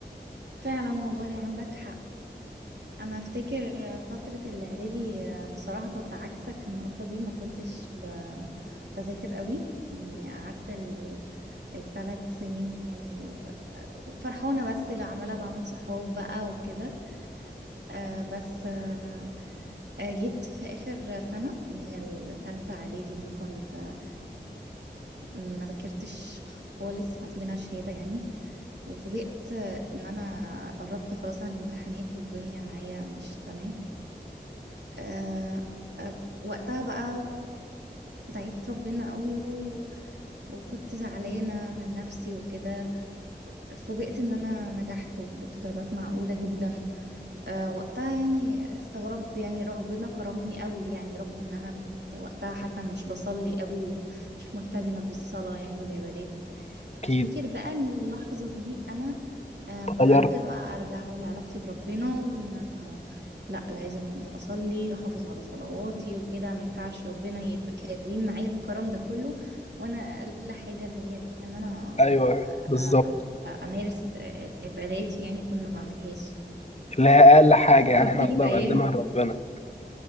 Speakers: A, on the right; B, on the left.
A: فعلا والله عندك حق انا افتكر فترة الاعدادي آه، بصراحة كنت عكسك في النقطة دي ما كنتش ب... بذاكر قوي يعني قعدت ال... الثلاث سنين يعني فرحونة بس اللي عمالة بعمل صحاب بقى وكده آه بس آه آه، جيت في آخر سنة اللي هي التالتة إعدادي دي كنت ما ذاكرتش خالص كان المفروض انها شهاده يعني وفوجئت ان انا قربت خلاص على الامتحانات والدنيا معايا مش تمام آه آه، وقتها بقى دعيت ربنا قوي و... وكنت زعلانة من نفسي وكده فوجئت ان انا نجحت وجبت درجات معقولة جدا آه وقتها يعني استغربت يعني ربنا كرمني قوي يعني رغم ان انا كنت وقتها حتى مش بصلي قوي ومش ملتزمة بالصلاة يعني والعبادات
B: اكيد
A: افتكر بقى من اللحظة دي انا آه بدأت
B: غيرت
A: بقى ارجع لعلاقتي بربنا وان انا لا لازم اصلي احافظ على صلواتي وكده ما ينفعش ربنا يبقى كريم معايا الكرم ده كله وانا اقل حاجة اللي هي ان انا
B: ايوه
A: آه،
B: بالظبط
A: آه، آه، امارس آه، عباداتي يعني كنت ما بعملهاش
B: اللي هي اقل حاجه
A: فكرتني
B: يعني احنا نقدر
A: بأيام
B: نقدمها لربنا